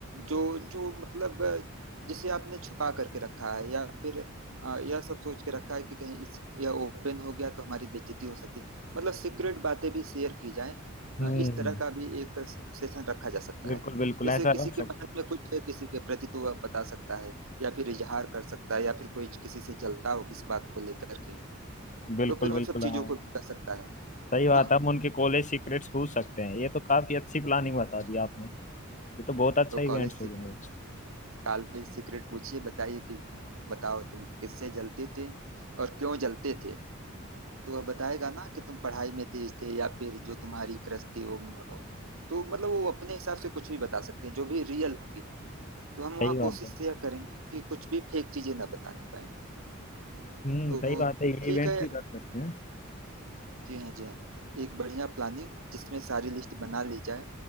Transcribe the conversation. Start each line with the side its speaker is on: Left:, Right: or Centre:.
Right: जो जो मतलब अ, जिसे आपने छुपा करके रखा है या फिर अ, यह सब सोच के रखा है कि कहीं इस यह ओपन हो गया तो हमारी बेइज्जती हो सकती है मतलब सीक्रेट बातें भी शेयर की जाएं
Left: हम्म
Right: अ, इस तरह का भी एक सेशन रखा जा सकता
Left: बिल्कुल
Right: है
Left: बिल्कुल
Right: जैसे
Left: ऐसा
Right: किसी
Left: रख
Right: के
Left: सकते
Right: मन में कुछ है किसी के प्रति तो वह बता सकता है या फिर इजहार कर सकता है या फिर कोई किसी से जलता हो किस बात को लेकर के
Left: हैं बिल्कुल
Right: तो फिर उन
Left: बिल्कुल
Right: सब चीजों
Left: हाँ
Right: को भी कर सकता है
Left: सही बात
Right: ना
Left: है हम उनके कॉलेज सीक्रेट्स पूछ सकते हैं ये तो काफी अच्छी प्लानिंग
Right: हाँ।
Left: बता दी आपने ये तो बहुत अच्छा
Right: तो
Left: इवेंट
Right: कॉलेज
Left: हो
Right: सीक्रेट
Left: जाएगा
Right: कॉलेज सीक्रेट पूछिए बताइए कि बताओ तुम किससे जलते थे और क्यों जलते थे तो वह बताएगा ना कि तुम पढ़ाई में तेज थे या फिर जो तुम्हारी क्रश थी वो तो मतलब वो अपने हिसाब से कुछ भी बता सकते हैं जो भी रियल होंगी तो हम
Left: सही
Right: वहाँ
Left: बात
Right: कोशिश
Left: है
Right: यह करेंगे कि कुछ भी फेक चीजें ना बताने पाए
Left: हम्म
Right: तो
Left: सही बात है ये
Right: ठीक
Left: इवेंट
Right: है
Left: भी कर सकते हैं
Right: जी हाँ जी हाँ एक बढ़िया प्लानिंग जिसमें सारी लिस्ट बना ली जाए